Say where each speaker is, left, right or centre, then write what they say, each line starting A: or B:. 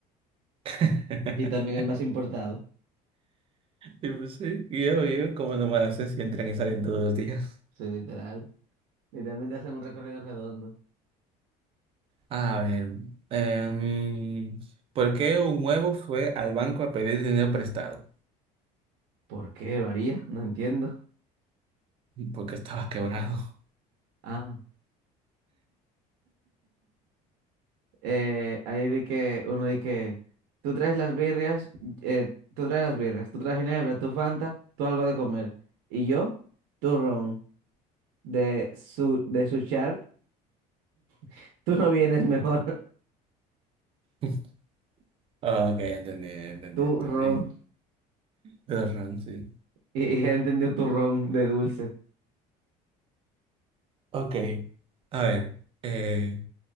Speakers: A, on the right; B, on the right.
A: <laughs>
B: y también el más importado?
A: Y pues sí, y obvio, ¿cómo no me hace si entran y salen todos los días?
B: Sí, literal. Literalmente hacen un recorrido redondo.
A: A ver, em, ¿por qué un huevo fue al banco a pedir dinero prestado?
B: ¿Por qué lo haría? No entiendo.
A: Porque estaba quebrado.
B: Ah, eh, ahí di que, uno di que, tú traes las birrias, eh, tú traes las birrias, tú traes ginebra, tú Fanta, tú algo de comer. Y yo, turrón. de su, de su chart, <laughs> tú no vienes mejor,
A: <laughs> Ah, ok, entendí,
B: <laughs>
A: entendí,
B: tú
A: entendí.
B: ron.
A: Tienes razón, sí.
B: Y, y él entendió tu ron de dulce.
A: Ok, a ver. eh,